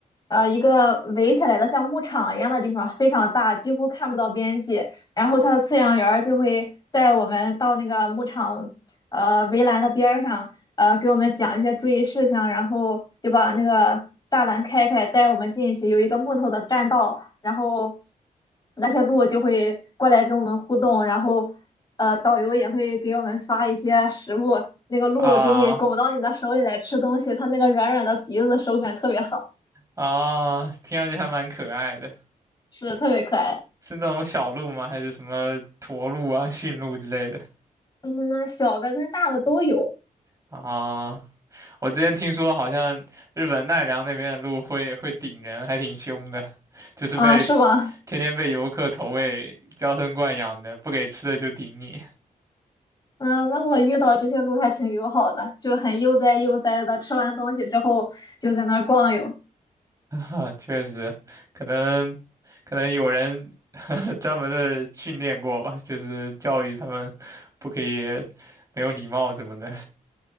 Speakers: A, on the left; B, on the right.
A: 呃一个围起来的像牧场一样的地方，非常大，几乎看不到边际。然后它的饲养员儿就会带我们到那个牧场呃围栏的边儿上，呃给我们讲一些注意事项，然后就把那个栅栏开开，带我们进去，有一个木头的栈道。然后那些鹿就会过来跟我们互动，然后呃，导游也会给我们发一些食物，那个鹿就会拱到你的手里来吃东西，
B: 啊
A: 它那个软软的鼻子手感特别好，
B: 啊，听上去还蛮可爱的。
A: 是特别可爱。
B: 是那种小鹿吗？还是什么驼鹿啊、驯鹿之类的？
A: 嗯，小的跟大的都有
B: 啊我之前听说好像日本奈良那边的鹿会会顶人，还挺凶的，就是被
A: 啊，是吗？
B: 天天被游客投喂，娇生惯养的，不给吃的就顶你。
A: 嗯，那我遇到这些鹿还挺友好的，就很悠哉悠哉的，吃完东西之后就在那儿逛悠。
B: <laughs> 啊确实，可能可能有人 <laughs> 专门的训练过吧，就是教育他们不可以没有礼貌什么的。